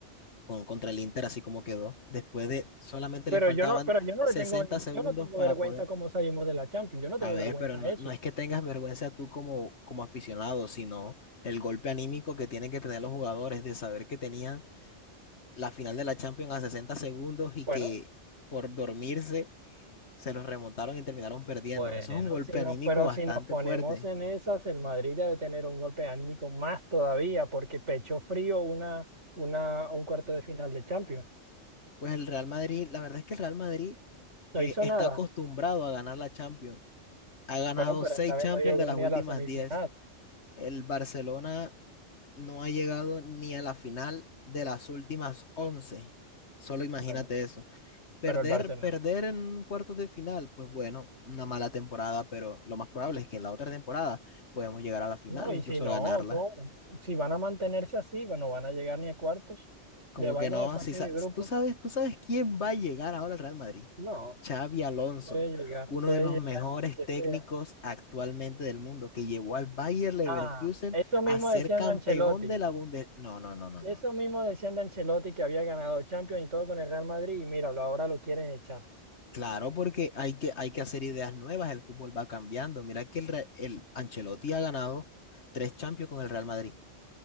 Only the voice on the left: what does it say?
con, contra el Inter, así como quedó. Después de solamente
le faltaban
60
segundos
para
poder.
A ver,
pero no,
no es que tengas vergüenza tú como, como aficionado, sino el golpe anímico que tienen que tener los jugadores de saber que tenían la final de la Champions a 60 segundos y
que por dormirse se los remontaron y terminaron perdiendo.
Eso es un golpe
anímico
bastante
fuerte.
Pues el Real Madrid, la verdad es que el Real Madrid
eh,
está
acostumbrado a ganar la Champions. Ha ganado
seis
Champions
de
las últimas
diez El Barcelona no ha llegado ni a la final de las últimas 11. Solo imagínate
eso. Perder,
perder en cuartos de final, pues bueno, una mala temporada, pero lo más probable es que en la otra temporada podemos llegar a la final,
incluso
ganarla.
Como
que no,
si sa-
tú sabes, tú sabes quién va a llegar ahora al Real Madrid.
Xavi Alonso,
uno
de los mejores
técnicos
actualmente del mundo, que llevó al Bayer Leverkusen
a ser
campeón
de la bundes. No, no, no, no,
no.
Claro, porque hay que, hay que hacer ideas nuevas, el fútbol va cambiando. Mira que el, Re- el Ancelotti ha ganado tres Champions con el Real Madrid.